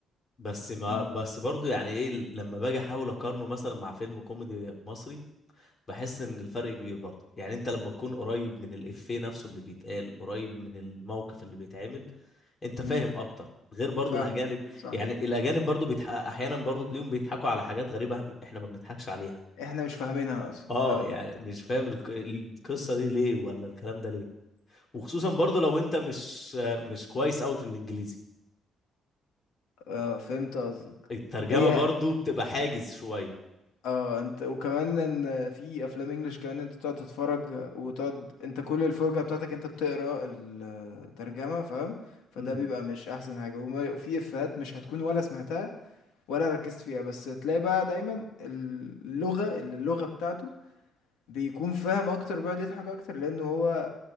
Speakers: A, on the left (about 40°); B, on the left (about 80°).
A: بس ما
B: امم
A: بس برضو يعني ايه ل- لما باجي احاول اقارنه مثلا مع فيلم كوميدي مصري بحس ان الفرق كبير برضو يعني انت لما تكون قريب من الافيه نفسه اللي بيتقال قريب من الموقف اللي بيتعمل انت فاهم
B: امم
A: اكتر غير برضو
B: فاهمه
A: الاجانب
B: صح
A: يعني الاجانب برضو بيتح... احيانا برضو تلاقيهم بيضحكوا على حاجات غريبة احنا ما بنضحكش عليها
B: احنا مش فاهمينها اصلا
A: اه
B: فاهم
A: يعني
B: قصدي؟
A: مش فاهم الق- القصه دي ليه ولا الكلام ده ليه وخصوصا برضو لو انت مش مش كويس قوي في الانجليزي
B: اه فهمت قصدك
A: الترجمه
B: هي
A: برضو بتبقى حاجز شويه
B: اه انت وكمان ان في افلام انجليش كمان انت تقعد تتفرج وتقعد انت كل الفرجة بتاعتك انت بتقرا الترجمة فاهم فده
A: امم
B: بيبقى مش احسن حاجة وما- وفي افيهات مش هتكون ولا سمعتها ولا ركزت فيها بس تلاقي بقى دايما اللغة اللي اللغة بتاعته بيكون فاهم اكتر بيقعد يضحك اكتر لانه هو